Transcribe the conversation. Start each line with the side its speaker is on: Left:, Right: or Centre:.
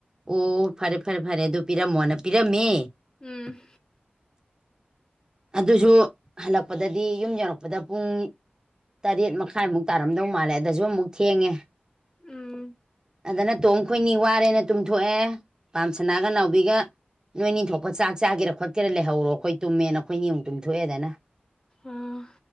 Right: ꯑꯣ ꯐꯔꯦ ꯐꯔꯦ ꯐꯔꯦ ꯑꯗꯨ ꯄꯤꯔꯝꯃꯣꯅ ꯄꯤꯔꯝꯃꯦ
Left: ꯎꯝ
Right: ꯑꯗꯨꯁꯨ ꯍꯜꯂꯛꯄꯗꯗꯤ ꯌꯨꯝ ꯌꯧꯔꯛꯄꯗ ꯄꯨꯡ ꯇꯔꯦꯠ ꯃꯈꯥꯏꯃꯨꯛ ꯇꯥꯔꯝꯗꯧ ꯃꯥꯜꯂꯦ ꯑꯗꯁꯨ ꯑꯃꯨꯛ ꯊꯦꯡꯉꯦ
Left: ꯎꯝ
Right: ꯑꯗꯨꯅ ꯇꯣꯝ ꯈꯣꯏꯅꯤ ꯋꯥꯔꯦꯅ ꯇꯨꯝꯊꯣꯛꯑꯦ ꯄꯥꯝꯁꯅꯥꯒ ꯅꯥꯎꯕꯤꯒ ꯅꯣꯏ ꯅꯤꯡꯊꯣꯛꯄ ꯆꯥꯛ ꯆꯥꯦꯔ ꯈꯣꯠꯀꯦꯔꯥ ꯂꯩꯍꯧꯔꯣ ꯑꯩꯈꯣꯏ ꯇꯨꯝꯃꯦꯅ ꯑꯩꯈꯣꯏ ꯅꯤꯌꯨꯛ ꯇꯨꯝꯊꯣꯛꯑꯦꯗꯅ
Left: ꯑꯣ